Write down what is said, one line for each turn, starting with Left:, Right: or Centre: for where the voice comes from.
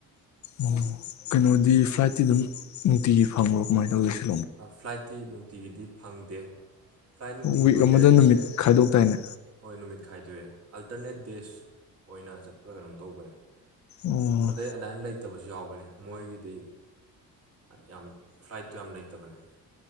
Left: ꯑꯣ ꯀꯩꯅꯣꯗꯤ ꯐ꯭ꯂꯥꯏꯠꯇꯤ ꯑꯗꯨꯝ ꯅꯨꯡꯇꯤꯒꯤ ꯐꯪꯕ꯭ꯔꯣ ꯀꯃꯥꯏꯅ ꯇꯧꯔꯤꯣꯏꯁꯤ
Right: ꯐ꯭ꯂꯥꯏꯠꯇꯤ ꯅꯨꯡꯇꯤꯒꯤꯗꯤ ꯐꯪꯗꯦ ꯐ꯭ꯂꯥꯏꯠ ꯅꯨꯡꯇꯤꯒꯤ
Left: ꯋꯤꯛ
Right: ꯐꯪꯗꯦꯁꯦ
Left: ꯑꯃꯗ ꯅꯨꯃꯤꯠ ꯈꯥꯏꯗꯣꯛꯇꯥꯏꯅꯦ
Right: ꯍꯣꯏ ꯅꯨꯃꯤꯠ ꯈꯥꯏꯗꯣꯛꯑꯦ ꯑꯜꯇꯔꯅꯦꯠ ꯗꯦꯖ ꯑꯣꯏꯅ ꯆꯠꯄ꯭ꯔꯥ ꯀꯩꯅꯣꯝ ꯇꯧꯕꯅꯦ
Left: ꯑꯣ
Right: ꯑꯗ ꯑꯗꯥꯅ ꯂꯩ ꯂꯩꯇꯕꯁꯨ ꯌꯥꯎꯕꯅꯤ ꯃꯣꯏꯒꯤꯗꯤ ꯌꯥꯝ ꯐ꯭ꯂꯥꯏꯠꯇꯨ ꯌꯥꯝ ꯂꯩꯇ ꯇꯕꯅ